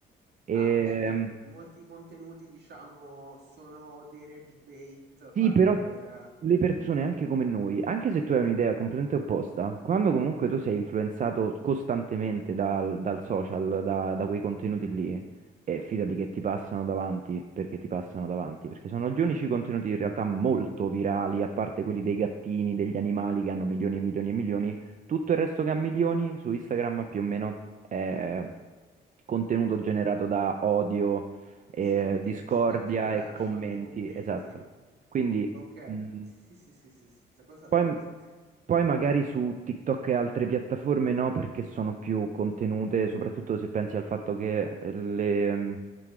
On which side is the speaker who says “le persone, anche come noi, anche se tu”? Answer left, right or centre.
Right